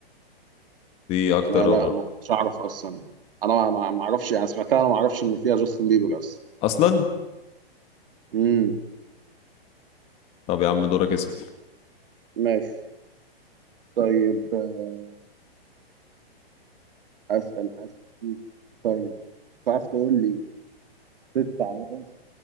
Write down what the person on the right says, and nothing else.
ما
لا ما كنتش اعرف اصلا انا ما ما ما اعرفش يعني سمعتها انا ما اعرفش ان فيها جاستن بيبر اصلا
امم
ماشي طيب آه، اسال اسال طيب تعرف تقول لي ست عواصم